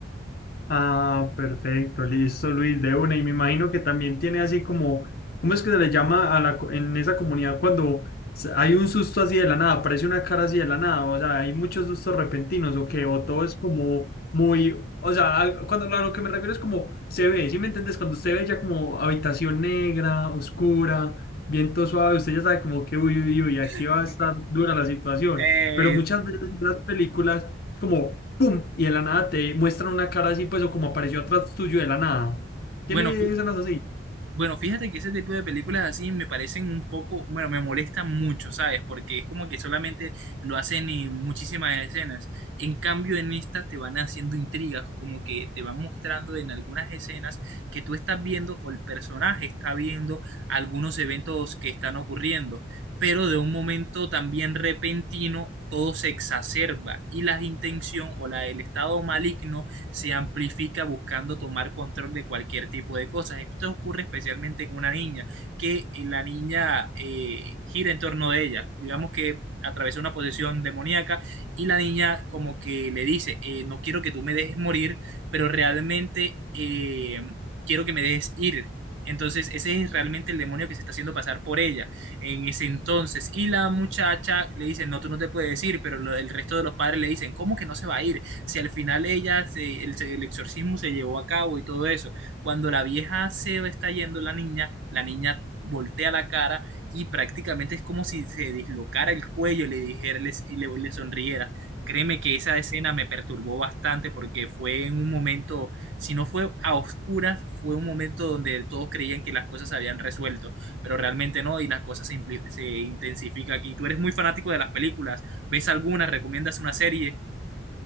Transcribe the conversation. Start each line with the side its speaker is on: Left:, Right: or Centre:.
Left: Ah, perfecto, listo, Luis, de una. Y me imagino que también tiene así como, ¿cómo es que se le llama a la, co- en esa comunidad cuando s- hay un susto así de la nada, aparece una cara así de la nada? O sea, hay muchos sustos repentinos o qué, o todo es como muy, o sea, al- cuando a lo que me refiero es como se ve, ¿sí me entiendes? Cuando usted ve ya como habitación negra, oscura, viento suave, usted ya sabe como que, uy, uy, uy, aquí
Right: <laughs>
Left: va a estar dura la situación.
Right: Eh,
Left: Pero muchas veces en las películas... Es como, ¡pum! Y de la nada te muestran una cara así, pues, o como apareció atrás tuyo de la nada. ¿Tiene
Right: bueno,
Left: escenas así?
Right: Bueno, fíjate que ese tipo de películas así me parecen un poco, bueno, me molestan mucho, ¿sabes? Porque es como que solamente lo hacen en muchísimas escenas. En cambio, en estas te van haciendo intrigas, como que te van mostrando en algunas escenas que tú estás viendo o el personaje está viendo algunos eventos que están ocurriendo, pero de un momento también repentino todo se exacerba y la intención o la, el estado maligno se amplifica buscando tomar control de cualquier tipo de cosas. Esto ocurre especialmente en una niña, que eh, la niña eh, gira en torno de ella. Digamos que atravesó una posesión demoníaca y la niña como que le dice, eh, no quiero que tú me dejes morir, pero realmente eh, quiero que me dejes ir. Entonces ese es realmente el demonio que se está haciendo pasar por ella en ese entonces. Y la muchacha le dice, no, tú no te puedes ir, pero lo- el resto de los padres le dicen, ¿cómo que no se va a ir? si al final ella, se, el, el exorcismo se llevó a cabo y todo eso. Cuando la vieja se está yendo, la niña, la niña voltea la cara y prácticamente es como si se dislocara el cuello y le dijera le- y le, le sonriera. Créeme que esa escena me perturbó bastante porque fue en un momento, si no fue a oscuras, fue un momento donde todos creían que las cosas se habían resuelto, pero realmente no y las cosas se, impli- se intensifica aquí. Tú eres muy fanático de las películas, ¿ves alguna? ¿Recomiendas una serie?